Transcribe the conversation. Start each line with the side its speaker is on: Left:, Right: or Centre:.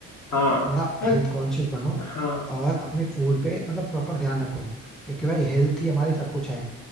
Left: हाँ
Centre: इसलिए थोड़ा
Left: हाँ
Centre: हेल्थ कॉन्शियस बनो
Left: हाँ,
Centre: और अपने फूड पे मतलब प्रॉपर ध्यान रखो क्योंकि भाई हेल्थ ही हमारी सब कुछ है